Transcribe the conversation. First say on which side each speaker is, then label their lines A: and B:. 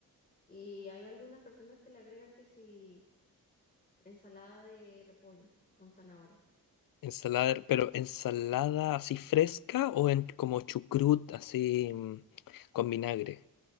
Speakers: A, on the left; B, on the left.
A: Y hay algunas personas que le agregan que si ensalada de repollo con zanahoria.
B: Ensalada, de- pero ensalada así fresca o en, como chucrut así mm, con vinagre.